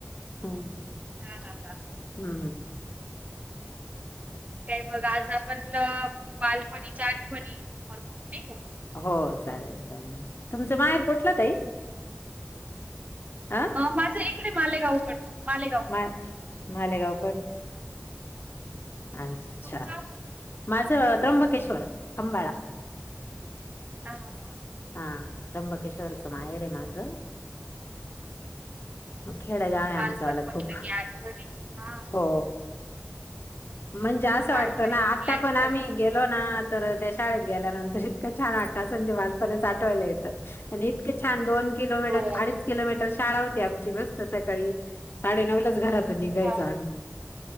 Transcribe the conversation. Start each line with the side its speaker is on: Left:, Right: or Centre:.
Left: हू
Right: हा हा हा
Left: हू हू
Right: काय बघ आज आपण बालपणीच्या आठवणी वर बोलू नाही का
Left: हो चालेल चालेल तुमचं माहेर कुटलं ताई अ
Right: माझ इकडे मालेगावकडच मालेगाव
Left: मा मालेगावकड अच्छा
Right: तुमचं? हा
Left: माझ त्र्यंबकेश्वर खंबाळा
Right: ह हां हां
Left: हा त्र्यंबकेश्वरच माहेर आहे माझं खेड गाव आहे
Right: बालपण
Left: आमच वाल
Right: म्हटलं
Left: खूप
Right: की आठवणीच हा
Left: हो म्हणजे असं
Right: बालपणी
Left: वाटत ना
Right: म्हटलं
Left: आता पण
Right: की
Left: आम्ही
Right: कस
Left: गेलो लो ना तर त्या शाळेत गेल्यानंतर इतकं छान वाटतं अस म्हणजे बालपण आठवायला येतं आणि इतके छान दोन किलोमीटर
Right: हो
Left: अडीच किलोमीटर शाळा होती आमची मस्त सकाळी साडेनऊलाच घरातून निघायच
Right: हा
Left: आम्ही